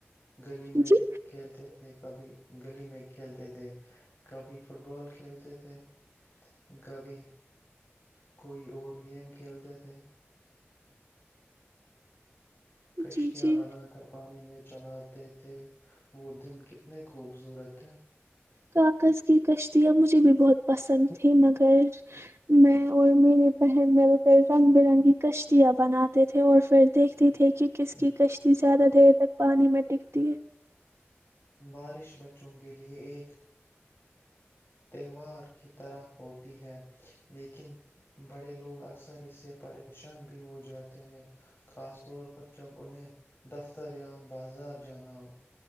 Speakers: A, on the left (about 55°); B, on the right (about 80°).
A: گلی
B: جی
A: میں کھیلتے تھے کبھی گلی میں کھیلتے تھے کبھی فٹ بال کھیلتے تھے کبھی کوئی اور گیم کھیلتے تھے کشتیاں
B: جی جی
A: بنا کر پانی میں چلاتے تھے وہ دن کتنے خوبصورت ہے
B: کاغذ کی کشتیاں مجھے بھی بہت پسند تھی مگر میں اور میرری بہن مل کر رنگ برنگی کشتیاں بناتے تھے اور پھر دیکھتے تھے کہ کس کی کشتی زیادہ دیر تک پانی میں ٹکتی ہے
A: بارش بچوں کے لے ایک تہوار کی طرح ہوتی ہے لیکن بڑے لوگ اکثر اس سے پریشان بھی ہو جاتے ہیں خاص طور پر جب انہیں دفتر یا بازار جانا ہو